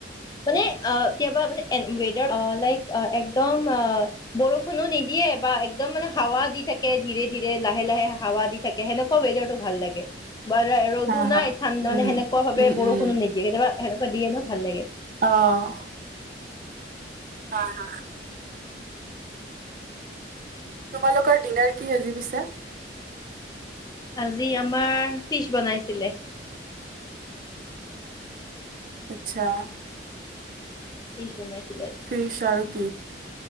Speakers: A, on the left; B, on the right.
A: মানে আ কেতিয়াবা মানে, এ ৱেডাৰ লাইক একদম বৰষুণো নিদিয়ে বা একদম মানে, হাৱা দি থাকে ধীৰে, ধীৰে লাহে-লাহে হাৱা দি থাকে। কে সেনেকুৱা ৱেডাৰটো ভাল লাগে বা আ ৰ'দো
B: হা
A: নাই
B: হা
A: ঠাণ্ডা
B: উম।
A: মানে সেনেকুৱা ভাৱে
B: উম
A: বৰষুণো
B: উম
A: নিদিয়ে, কেতিয়াবা সেনেকুৱা দিয়ে ন, ভাল লাগে।
B: অহ'। হয় হয়। তোমালোকৰ ডিনাৰ কি আজি পিছে?
A: আজি আমাৰ ফিচ বনাইছিলে।
B: আচ্ছা।
A: ফিছ বনাইছিলে। আজি
B: ফিছ আৰু কি?